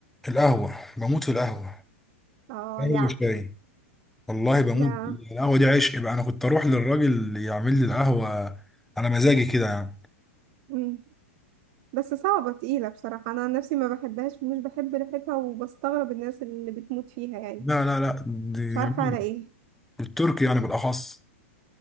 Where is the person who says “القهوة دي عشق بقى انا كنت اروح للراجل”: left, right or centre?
Centre